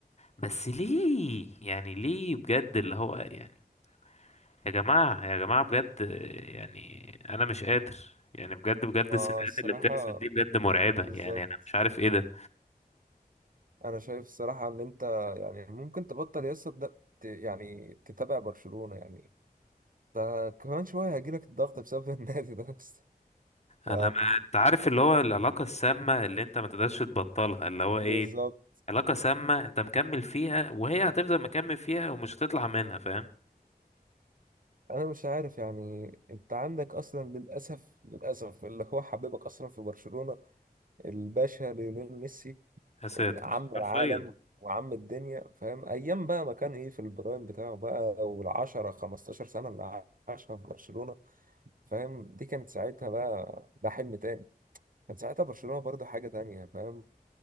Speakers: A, on the left; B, on the right.
A: بس ليه يعني ليه بجد اللي هو يعني يا جماعه يا جماعه بجد آه، يعني انا مش قادر يعني بجد بجد
B: ما
A: السيناريوهات
B: الصراحة
A: اللي بتحصل دي بجد مرعبه
B: بالظبط
A: يعني انا مش عارف ايه ده
B: أنا شايف الصراحة إن أنت يعني ممكن تبطل يا اسطى تد- ت- يعني تتابع برشلونة يعني ده كمان شوية هيجيلك الضغط بسبب <laughs> النادي ده بس ف
A: انا ما انت عارف اللي هو العلاقه السامه اللي انت ما تقدرش تبطلها اللي هو ايه
B: بالظبط
A: علاقه سامه انت مكمل فيها وهي هتفضل مكمل فيها ومش هتطلع منها فاهم
B: أنا مش عارف يعني أنت عندك أصلا للأسف للأسف اللي هو حبيبك أصلا في برشلونة الباشا ليونيل ميسي
A: يا ساتر
B: عم العالم
A: حرفيا
B: وعم الدنيا فاهم ايام بقى ما كان ايه في البرايم بتاعه بقى والعشرة 15 سنة اللي عاشها في برشلونة فاهم دي كانت ساعتها بقى ده حلم تاني كان ساعتها برشلونة برضه حاجة تانية فاهم